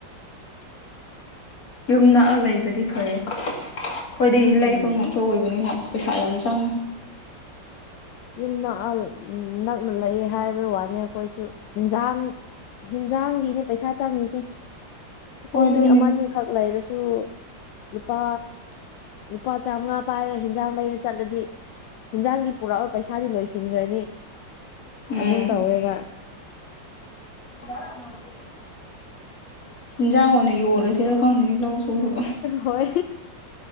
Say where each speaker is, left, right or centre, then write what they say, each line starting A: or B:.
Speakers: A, on the left; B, on the left.
A: ꯌꯨꯝ ꯅꯛꯑ ꯂꯩꯕꯗꯤ ꯐꯩꯑꯦ ꯑꯩꯈꯣꯏꯗꯤ ꯂꯩꯕ
B: ꯎꯝ
A: ꯉꯥꯝ꯫ ꯑꯣꯏꯕꯅꯤꯅ ꯄꯩꯁꯥ ꯌꯥꯝ ꯆꯪ꯫
B: ꯌꯨꯝ ꯅꯛꯑ ꯅꯛꯅ ꯂꯩꯌꯦ ꯍꯥꯏꯕꯩ ꯋꯥꯅꯤ ꯑꯩꯈꯣꯏꯁꯨ ꯌꯦꯟꯖꯥꯡ ꯍꯦꯟꯖꯥꯡꯒꯤꯅꯦ ꯄꯩꯁꯥ ꯆꯪꯉꯤꯁꯦ ꯑꯩꯈꯣꯏ
A: ꯍꯣꯏ ꯑꯗꯨꯅꯤ
B: ꯃꯤ ꯑꯃꯅꯤ ꯈꯛ ꯂꯩꯔꯁꯨ ꯂꯨꯄꯥ ꯂꯨꯄꯥ ꯆꯥꯝꯃꯉꯥ ꯄꯥꯏꯔ ꯍꯦꯟꯖꯥꯡ ꯂꯩꯔ ꯆꯠꯂꯗꯤ ꯍꯟꯖꯥꯡꯗꯤ ꯄꯨꯔꯛ ꯄꯩꯁꯥꯗꯤ ꯂꯣꯏꯁꯤꯟꯒꯔꯅꯤ
A: ꯎꯝ
B: ꯑꯗꯨꯝ ꯇꯧꯋꯦꯕ
A: inaudible <inaudible> ꯏꯟꯖꯥꯡ ꯑꯣꯏꯅ ꯌꯣꯜꯂꯁꯤꯔ ꯈꯪꯗꯦ ꯂꯧ ꯁꯨꯔꯒ
B: ꯍꯣꯏ